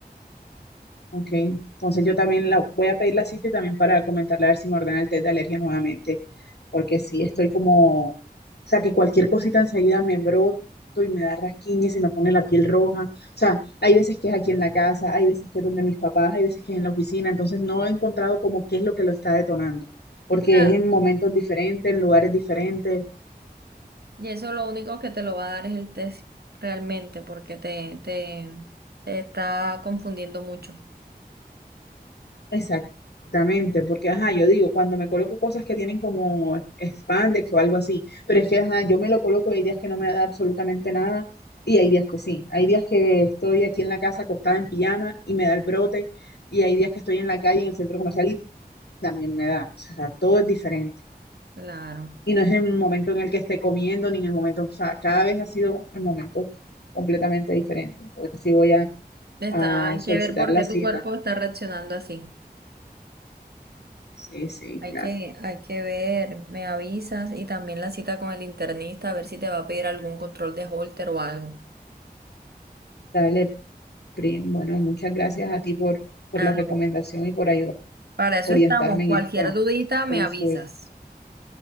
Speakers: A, on the left; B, on the right.
A: Ok, entonces yo también la, voy a pedir la cita y también para comentarle a ver si me ordena el test de alergia nuevamente, porque sí estoy como, o sea, que cualquier cosita enseguida me broto y me da rasquiña y se me pone la piel roja. O sea, hay veces que es aquí en la casa, hay veces que es donde mis papás, hay veces que es en la oficina, entonces no he encontrado como qué es lo que lo está detonando, porque
B: Claro.
A: es en momentos diferentes, en lugares diferentes.
B: Y eso lo único que te lo va a dar es el test realmente, porque te, te, te está confundiendo mucho.
A: Exactamente, porque ajá, yo digo, cuando me coloco cosas que tienen como spandex o algo así, pero es que ajá, yo me lo coloco, hay días que no me da absolutamente nada y hay días que sí. Hay días que estoy aquí en la casa acostada en pijama y me da el brote y hay días que estoy en la calle, en el centro comercial y también me da. O sea, todo es diferente.
B: Claro.
A: Y no es en el momento en el que esté comiendo ni en el momento, o sea, cada vez ha sido el momento completamente diferente. Entonces sí voy a,
B: Está,
A: a
B: hay
A: solicitar
B: que ver por
A: la
B: qué
A: cita.
B: tu cuerpo está reaccionando así.
A: Sí, sí,
B: Hay
A: claro.
B: que, hay que ver, me avisas y también la cita con el internista, a ver si te va a pedir algún control de Holter o algo.
A: Dale, Prim. Bueno, muchas gracias a ti por, por
B: Ah,
A: la
B: no.
A: recomendación y por ayudar,
B: Para eso
A: orientarme
B: estamos. Cualquier
A: en esta
B: dudita, me
A: consulta.
B: avisas.